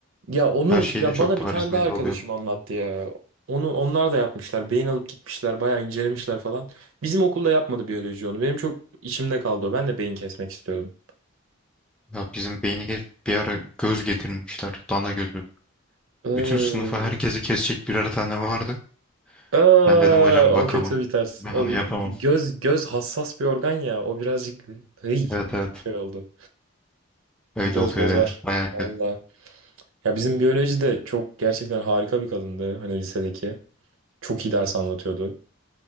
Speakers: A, on the right; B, in the centre.
A: Ya onu
B: Her şey
A: ya
B: de çok
A: bana bir
B: bariz
A: tane
B: belli
A: daha arkadaşım
B: oluyordu.
A: anlattı ya. Onu onlar da yapmışlar. Beyin alıp gitmişler, bayağı incelemişler falan. Bizim okulda yapmadı biyoloji onu. Benim çok içimde kaldı o. Ben de beyin kesmek istiyordum.
B: Ya bizim beyni ge- bir ara göz getirmişler. Dana gözü.
A: Ee,
B: Bütün sınıfa herkesi kesecek birer tane vardı.
A: aa,
B: Ben dedim hocam
A: o
B: bakamam.
A: kötü bir ters.
B: Ben
A: O
B: onu
A: bir-
B: yapamam.
A: göz göz hassas bir organ ya. O birazcık hıy,
B: Evet
A: bir
B: evet.
A: şey oldu.
B: Öyle
A: Göz
B: oluyor
A: bozar.
B: ya. Bayağı kötü.
A: Valla. Ya bizim biyoloji de çok gerçekten harika bir kadındı. Hani lisedeki. Çok iyi ders anlatıyordu.